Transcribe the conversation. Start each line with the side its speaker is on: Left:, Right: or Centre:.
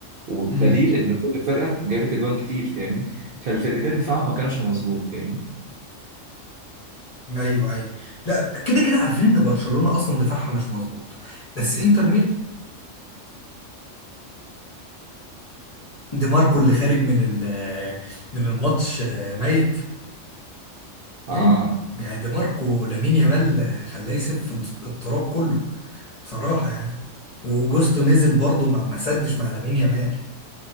Right: وبدليل
Left: امم
Right: ان كل فرقه جابت اجوان كتير فاهمني فالفرقتين دفاعهم ما كانش مظبوط فاهمين
Left: ايوه ايوه لا كده كده عارفين ان برشلونة اصلا دفاعها مش مظبوط بس انتر ميلان دي ماركو اللي خارج من ال من الماتش آه، ميت
Right: اه
Left: ليه يعني دي ماركو لامين يامال آه، خلاه يسف الت- التراب كله بصراحة يعني وجوستو نزل برضه ما ما سدش مع لامين يامال